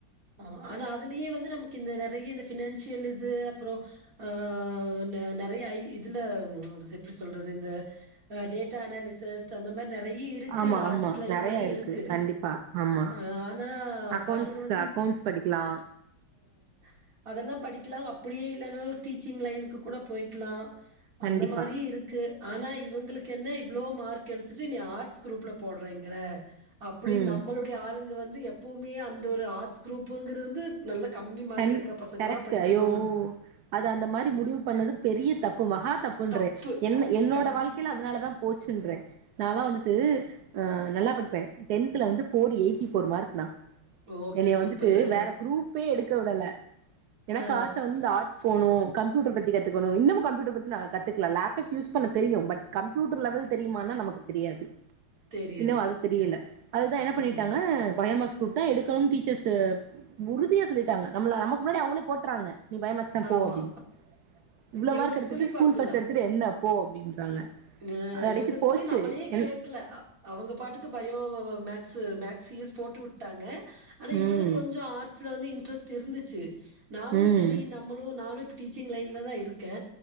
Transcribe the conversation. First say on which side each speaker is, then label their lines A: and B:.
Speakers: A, on the right; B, on the right.
A: ஆமா ஆனா அதுலியே வந்து நமக்கு இந்த நறைய இந்த ஃப்பினான்சியல் இது அப்றோ ஆ த நறைய ஐ இதுல எப்டி சொல்றது இந்த அ டேட்டா அனாலிசஸ் அந்த மாரி நறைய இருக்கு
B: ஆமா
A: இந்த ஆர்ட்ஸ்
B: ஆமா
A: லைன்லயே
B: நெறைய
A: இருக்கு
B: கண்டிப்பா ஆமா
A: அ ஆனா
B: அக்கௌண்ட்ஸ்
A: பசங்க வந்து இப்
B: அக்கௌண்ட்ஸ் படிக்கலா
A: அ அதெல்லா படிக்லா அப்டியே இல்லன்னாலு டீச்சிங் லைனுக்கு கூட பொய்க்லா
B: கண்டிப்பா
A: அந்த மாரியு இருக்கு ஆனா இவுங்களுக்கு என்ன இவ்ளோ மார்க் எடுத்துட்டு நீ என்ன ஆர்ட்ஸ் குரூப்ல போட்றேங்குற அப்டின்
B: ம்
A: நம்மளுடைய ஆளுங்க வந்து எப்பவுமே அந்த ஒரு ஆர்ட்ஸ் குரூப்புங்றது வந்து நல்ல கம்மி மார்க்
B: கண்
A: எடுக்குற பசங்க
B: கரெக்ட்
A: தா படிக்கணு
B: ஐயோ அது அந்த மாரி முடிவு பண்ணது பெரிய தப்பு மகா தப்புன்ற
A: தப்பு
B: என்ன என்னோட
A: கண்டிப்
B: வாழ்க்கையில அதனாலதா போச்சுன்றறே நாலா‌ வந்துட்டு அ நல்லா படிப்பே டென்த்ல வந்து போர் எயிட்டி போர் மார்க்னா
A: ஓகே
B: என்னைய
A: சூப்பர்
B: வந்துட்டு
A: அ
B: வேற குரூப்பே எடுக்க விடல எனக்கு
A: ஆ
B: ஆச வந்து ஆட் போனுகம்யூட்ர பத்தி கத்துக்கணு இன்னமு கம்யூட்ர பத்தி நா கத்துக்லா லேப்டாப் யூஸ் பண்ண தெரியு பட் கம்ப்யூட்ரு லெவல் தெரியுமானா நமக்கு தெரியாது
A: தெரியாது
B: இன்னு அது தெரியல அதுதா என்ன பண்ணிட்டாங்க
A: ஆமா
B: பயோமேக்ஸ் தா எடுக்கணுனு டீச்சர்ஸ் உறுதியா சொல்லிட்டாங்க நம்ள நமக்கு முன்னாடி அவகவுங்களே போட்டற்றாங்க நீ பாயோமேக்ஸ்தா போ
A: ஆமா
B: அப்டினு இவ்ளோ
A: இவங்க
B: மார்க் எடுத்துட்டு
A: ஸ்கூல்லயும் இப்ப
B: ஸ்கூல்ஃபஸ்ட்டு
A: அப்டிதா
B: எடுத்துட்டு என்ன போ அப்டின்றாங்க
A: அ
B: கடைசி
A: இவுங்க ஸ்கூல்லயு
B: போச்சு
A: நம்ளே
B: என்
A: கேக் க்ல அவூங்க பாட்டுக்கு பயோ மேக்ஸ் மேக்ஸியுஸ் போட்டு விட்டாங்க ஆனா
B: ம்
A: இவளக் கொஞ்சோ ஆர்ட்ஸ்ல வந்து இன்ட்ரெஸ்ட் இருந்துச்சு நானு
B: ம்
A: சரி நம்மளு நானு இப்ப டீச்சிங் லைன்ல தா இருக்கே